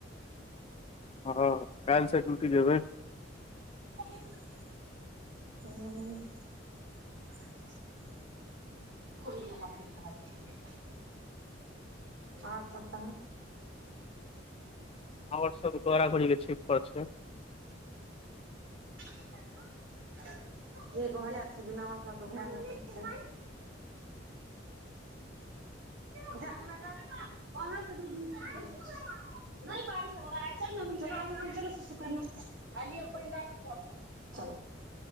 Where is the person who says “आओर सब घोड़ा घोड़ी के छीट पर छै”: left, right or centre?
Left